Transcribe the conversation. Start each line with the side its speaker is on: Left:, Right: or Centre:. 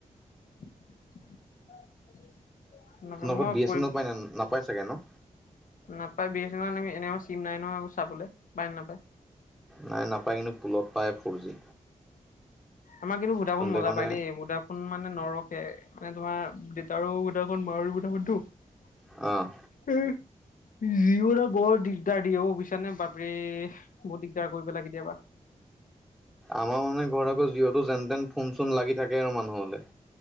Left: <inaudible> সেনেকুৱা
Centre: নগধ
Left: মই
Centre: বি এছ
Left: কৰি
Centre: এনো পায় না, নাপাই চাগে ন'?
Left: নাপায় বি এছ এনেলৰ এনে এনেকে চিম নাই নহয়, চাবলৈ পায় নাপায়।
Centre: নাই নাপায় কিন্তু পুলত পায় ফ'ৰ জি।
Left: আমাৰ কিন্তু ভোডাফোন
Centre: তেন্তে
Left: মজা
Centre: মানে
Left: পায় দেই, ভোডা ফোন মানে নৰখে মানে তোমাৰ দেউতাৰো <unintelligible>
Centre: অ'।
Left: হু। জিঅ'ৰো বৰ দিগদাৰ দিয়ে বুজিছানে, বাপৰে বৰ দিগদাৰ কৰি পেলাই কেতিয়াবা।
Centre: আমাৰ মানে ঘৰত আকৌ যিহুতো যেনতেন ফোন চোন লাগি থাকে আৰু মানুহলে।